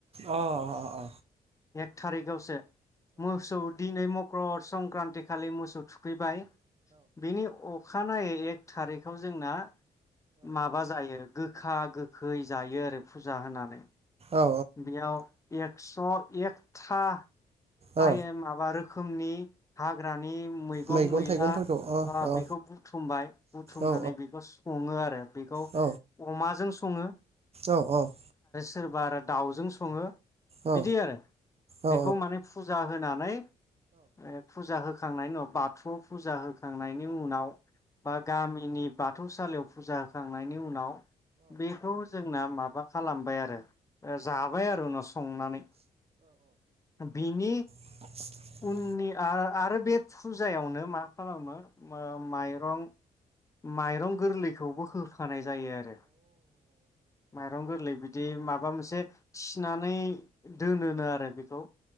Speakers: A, on the right; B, on the left.
A: अ अ अ।
B: थारिक। गावसे। मोसौ दिनै मक्रद। संक्रान्ति खालि मोसौ थुखैबाय। बेनि अ खानायै एक थारिखआव जोंना माबा जायो। गोखा गोखै जायो आरो। फुजा होनानै
A: औ
B: बेयाव। एकस' एकथा।
A: औ
B: आइ एम <unintelligible> खोमनि हाग्रानि। मैंगं
A: मैगं
B: मैला
A: थाइगंफोरखौ अ
B: ओ
A: औ
B: बेखौ बुथुमबाय बुथुमनानै
A: औ
B: बेखौ सङो आरो बेखौ
A: औ
B: अमाजों। संङो।
A: औ औ।
B: सोरबा आरो दाउजों सङो।
A: औ
B: बिदि आरो।
A: औ
B: बेखौ माने फुजा होना नै। ओ फुजा हो खांनायनि उनाव बाथौआव फुजा हो खांनायनि उनाव बा गामिनि। बाथौ सलियाव फुजा होखांनायनि उनाव। बेखौ जोंना माब माबा खालामबाय आरो जाबाय आरो उनाव संनानै बिनि
A: <inaudible>
B: <unintelligible> आरो बे फुजायावनो मा खालामो उम माइरं माइरं गोरलैखौबो होफानाय जायो आरो माइरं गोरलै बिदि माबा मोनसे थिनानै दोनोनो आरो बेखौ